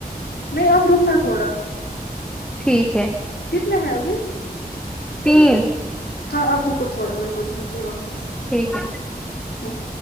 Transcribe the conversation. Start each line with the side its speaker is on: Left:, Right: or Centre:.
Left: نہیں آپ رکنا تھوڑا
Centre: ٹھیک ہے
Left: کتنے ہیں ابھی
Centre: تین
Left: ہاں آپ روکو تھوڑا میں کرتی ہوں واپس
Centre: ٹھیک ہے
Left: او